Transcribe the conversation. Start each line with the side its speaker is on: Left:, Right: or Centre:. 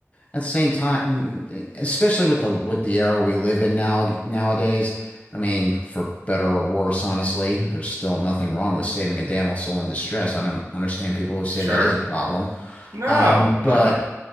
Left: at the same time, especially with the with the era we live in now nowadays, I mean, for better or worse, honestly, there's still nothing wrong with saving a damsel in distress. I don't understand people who say
Right: Sure.
Left: that is a problem,
Right: No,
Left: but
Right: no.